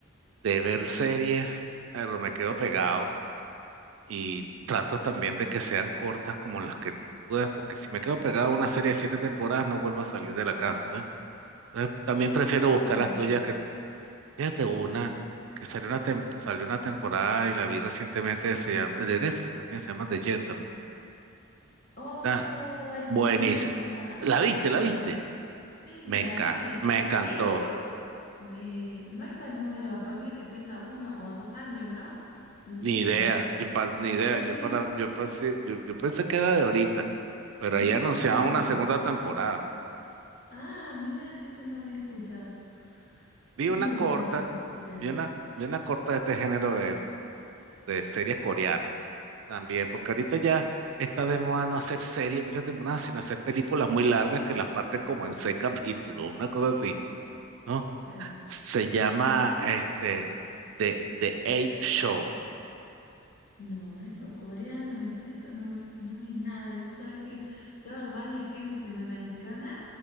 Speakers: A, on the right (about 65°); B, on the left (about 40°).
A: de ver series, pero me quedo pegado y trato también de que sean cortas como las que tú ves, porque si me quedo pegado a una serie de siete temporadas no vuelvo a salir de la casa, ¿ves? Entonces, también prefiero buscar
B: Ah,
A: las
B: bien.
A: tuyas que, fíjate, una que salió una, tem- salió una temporada y la vi recientemente, se llama, de Netflix también, se llama The Gentleman.
B: Oh,
A: Está
B: es
A: buenísima.
B: muy buena.
A: ¿La viste?
B: Sí,
A: ¿La viste?
B: sí, sí,
A: Me
B: la
A: enca-
B: vi.
A: me
B: La
A: encantó.
B: vi, pero eh, no es tan nueva. Ponele que tenga uno o dos años, ¿no? De
A: Ni
B: Gentleman.
A: idea, yo pa- ni idea.
B: Sí,
A: Yo
B: sí,
A: para, yo pasé, yo, yo pensé que era de ahorita, pero
B: <laughs>
A: ahí anunciaban
B: es muy
A: una
B: buena.
A: segunda temporada.
B: Ah, mira, eso no había escuchado.
A: Vi
B: Sí,
A: una
B: de
A: corta,
B: Gentleman, sí la vi.
A: vi una, vi una corta de este género de, de series coreanas también, porque ahorita ya está de moda no hacer series muchas temporadas, sino hacer películas muy largas que las parten como en seis <laughs> capítulos, una cosa así,
B: <laughs>
A: ¿no?
B: Claro.
A: Se llama
B: Sí,
A: este The, The Eight Show.
B: No, eso, coreanos y todo eso, no, no vi nada. Y vos sabés que yo varias gente que me menciona